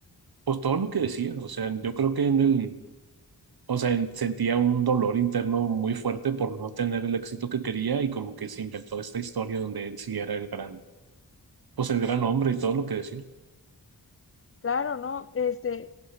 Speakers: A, on the right; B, on the left.
A: pues todo lo que decía, o sea, yo creo que en el, o sea, en- sentía un dolor interno muy fuerte por no tener el éxito que quería y como que se inventó esta historia donde él sí era el gran, pues el gran hombre y todo lo que decía.
B: Claro, ¿no? Este,